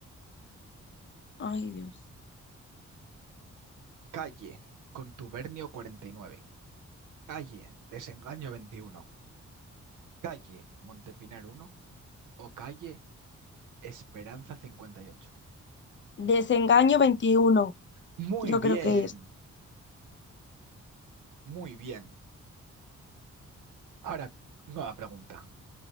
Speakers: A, on the left (about 40°); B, on the right (about 80°).
A: Ay, Dios.
B: Calle Contubernio cuarenta y nueve calle Desengaño veintiuno calle Montepinar uno o calle Esperanza cincuenta y ocho
A: Desengaño 21.
B: Muy
A: yo
B: bien,
A: creo que es.
B: muy bien. Ahora, nueva pregunta.